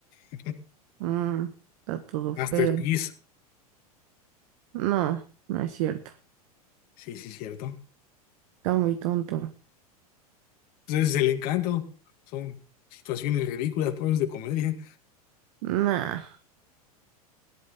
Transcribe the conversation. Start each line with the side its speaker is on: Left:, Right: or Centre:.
Left: <laughs>
Right: Mm, está todo feo.
Left: Masterpiece,
Right: No, no es cierto.
Left: sí, sí, cierto.
Right: Está muy tonto.
Left: Entonces, es el encanto, son situaciones ridículas, pues de comedia.
Right: Nah,